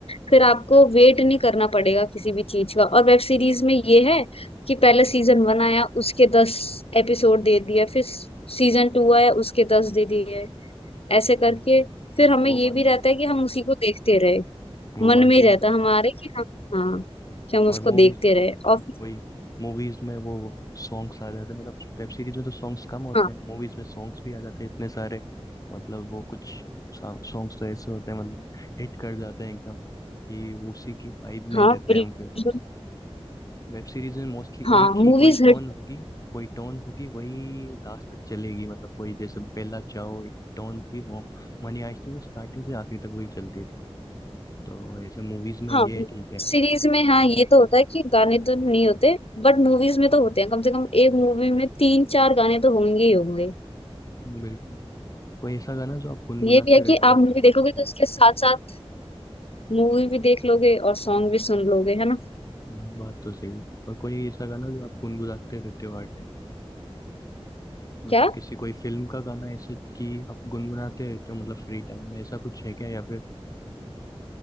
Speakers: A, on the left; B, on the left.
A: फिर आपको वेट नहीं करना पड़ेगा किसी भी चीज का और वेब सीरीज में ये है कि पहले सीजन वन आया उसके दस एपिसोड दे दिया फिर सीजन टू आया उसके दस दे दिए ऐसे करके
B: हम्म,
A: फिर हमें
B: वो
A: ये
B: बात
A: भी रहता
B: भी है
A: है कि हम उसी को देखते रहे
B: वो
A: मन
B: बात
A: में
B: भी
A: रहता
B: है
A: है हमारे कि हम हाँ कि हम
B: और
A: उसको
B: मूवीज
A: देखते रहे और फिर-
B: वही मूवीज में वो सॉन्ग्स आ जाते हैं मतलब वेब सीरीज में तो सॉन्ग्स कम होते
A: हाँ
B: हैं मूवीज में सॉन्ग्स भी आ जाते हैं इतने सारे मतलब वो कुछ सॉन्ग्स तो ऐसे होते हैं मतलब हिट कर जाते हैं एकदम कि उसी की वाइब में
A: हाँ
B: रहते
A: बिल्कुल
B: हैं हम फिर वेब सीरीज में मोस्टली
A: हाँ
B: एक
A: मूवीज
B: ही कोई
A: हिट
B: टोन होगी कोई टोन होगी वही लास्ट तक चलेगी मतलब कोई जैसे बेला चाओ एक टोन थी वो मनी आइस थी वो स्टार्टिंग से आखिरी तक वही चलती थी तो ऐसे मूवीज में
A: हाँ
B: ये ठीक है
A: सीरीज में हाँ ये तो होता है कि गाने तो नहीं होते बट मूवीज में तो होते हैं कम से कम एक मूवी में तीन चार गाने तो होंगे ही होंगे
B: बिल्कुल कोई ऐसा गाना जो आप गुनगुनाते
A: ये भी है
B: रहते
A: कि आप
B: हो
A: मूवी देखोगे तो इसके साथ साथ मूवी भी देख लोगे और सॉन्ग भी सुन लोगे है ना
B: हाँ बात तो सही है और कोई ऐसा गाना जो आप गुनगुनाते रहते हो हर टाइम मतलब
A: क्या
B: किसी कोई फिल्म का गाना ऐसे कि आप गुनगुनाते रहते हो मतलब फ्री टाइम में ऐसा कुछ है क्या या फिर